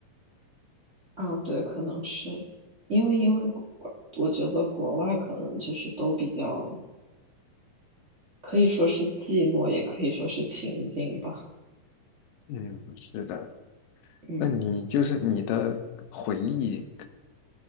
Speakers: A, on the right; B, on the left.
A: 啊，对，可能是因为因为国我觉得国外可能就是都比较可以说是寂寞，也可以说是清静吧。
B: 嗯，是的。
A: 嗯，
B: 那你就是你的回忆，